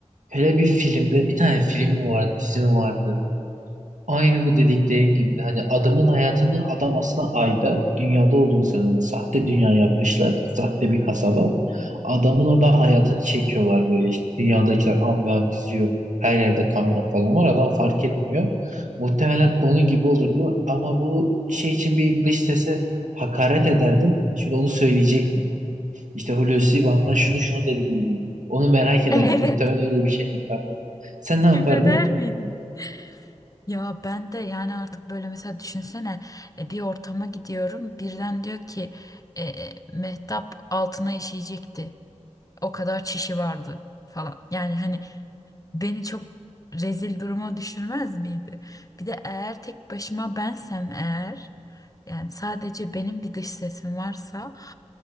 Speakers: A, on the right; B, on the left.
A: böyle bir filmde bir tane film mi vardı, dizi mi vardı? Aynı bu dediklerin gibi. Hani adamın hayatını adam aslında ayda dünyada olduğunu söylüyor. Sahte dünya yapmışlar. Sahte bir kasaba. Adamın orada hayatını çekiyorlar böyle işte. Dünyadakiler amva izliyor. Her yerde kamera falan var. Adam fark etmiyor. Muhtemelen onun gibi olurdu. Ama bu şey için bir dış sese hakaret ederdim. Şimdi onu söyleyecek mi? İşte Hulusi bana şunu şunu dedi gibi Onu merak ederdim.
B: <laughs> Evet.
A: Muhtemelen öyle bir şey yapardım. Sen ne yapardın?
B: Küfreder miydin? Ya ben de yani artık böyle mesela düşünsene e, bir ortama gidiyorum birden diyor ki e, e, Mehtap altına işeyecekti. O kadar çişi vardı falan. Yani hani beni çok rezil duruma düşürmez miydi? Bir de eğer tek başıma bensem eğer yani sadece benim bir dış sesim varsa